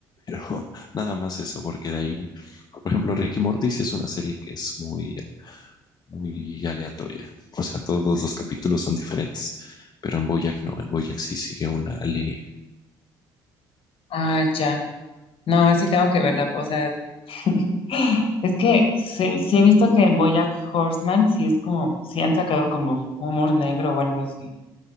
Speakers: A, on the left (about 35°); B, on the left (about 50°).
A: pero nada más eso, porque de ahí, por ejemplo, Rick y Morty sí es una serie que es muy, muy aleatoria, o sea, todos los capítulos son diferentes, pero en Bojack no, en Bojack sí sigue una línea.
B: Ah, ya. No, sí tengo que verla, o sea, <gasps> es que sí, sí he visto que en BoJack Horseman sí es como, sí han sacado como humor negro o algo así.